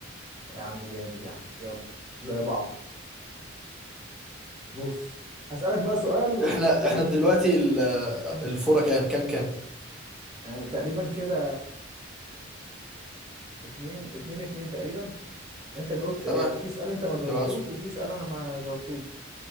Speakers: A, on the right; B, in the centre.
A: يا عم جامد يا عم يلا زي بعض بص هسألك بقى سؤال
B: احنا
A: يعني
B: احنا دلوقتي ال-
A: مم.
B: الفورة كام كام كام
A: انا تقريبا كده اتنين اتنين اتنين تقريبا انت جاوبت
B: تمام
A: آه، في سؤال انت ما جاوبتوش
B: اللي بعده
A: وفي سؤال انا ما جاوبتوش